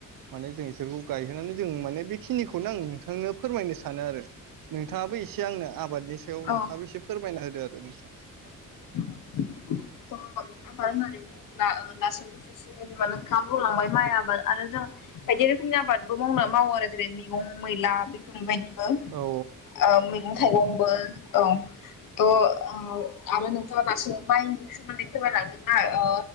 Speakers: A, on the right; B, on the left.
A: माने जों इसोरखौ गायहोनानै जों माने बेखिनिखौनो आं नोंथांनो फोरमायनो सानो आरो नोंथाङाबो एसे आंनो आबादनि सायाव नोंथाङाबो
B: औ
A: एसे फोरमायना ओ दे दे नोंथां।
B: <inaudible> <unintelligible> आबाद होननानै बुङोब्ला ओ दासो दसे <unintelligible> नोंथाङा बुंलांबाय माइ आबाद आरो जों बायदि रोखोमनि आबादबो मावना मावो आरो जेरै मैगं मैला बेफोरबायदि। बो
A: औ
B: ओ मैगं थाइगंबो
A: औ
B: औ थ' ओ आरो नोंथाङा दासो माइनि सोमोन्दै फोरमायलांदों ना ओ